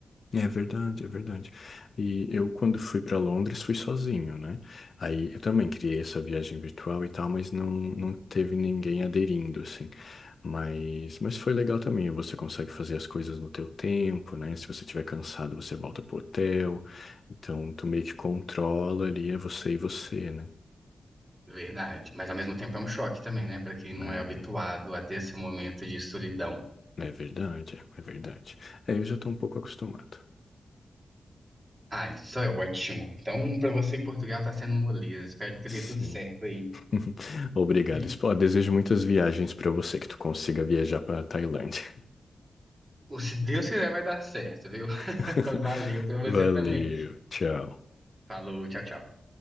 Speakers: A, on the left; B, on the right.
A: é verdade, é verdade. E eu, quando fui para Londres, fui sozinho, né? Aí eu também criei essa viagem virtual e tal, mas não, não teve ninguém aderindo, assim. Mas, mas foi legal também, você consegue fazer as coisas no teu tempo, né? Se você estiver cansado, você volta pro hotel. Então, tu meio que controla ali, é você e você, né?
B: Verdade, mas ao mesmo tempo é um choque também, né, Pra quem não
A: É.
B: é habituado a ter esse momento de solidão.
A: É verdade, é verdade. É, eu já estou um pouco acostumado.
B: Ah, isso é ótimo. Então, pra você em Portugal tá sendo moleza. Espero que
A: Sim.
B: dê tudo certo aí.
A: <laughs> Obrigado.
B: <laughs>
A: Espo- Desejo muitas viagens para você, que tu consiga viajar para Tailândia.
B: Se Deus quiser, vai dar certo, viu? <laughs>
A: <laughs>
B: Valeu pra você
A: Valeu,
B: também.
A: tchau.
B: Falou, tchau, tchau.